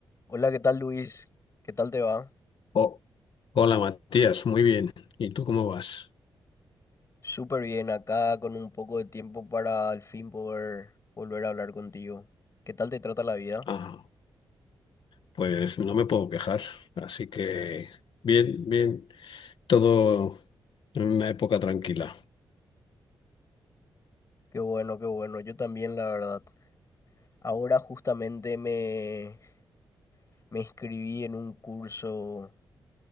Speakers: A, on the left; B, on the left.
A: Hola, ¿qué tal Luis? ¿Qué tal te va?
B: Oh, hola Matías, muy bien. ¿Y tú cómo vas?
A: Súper bien, acá con un poco de tiempo para al fin poder volver a hablar contigo. ¿Qué tal te trata la vida?
B: Ah, pues no me puedo quejar, así que bien, bien, todo en una época tranquila.
A: Qué bueno, qué bueno, yo también la verdad. Ahora justamente me, me inscribí en un curso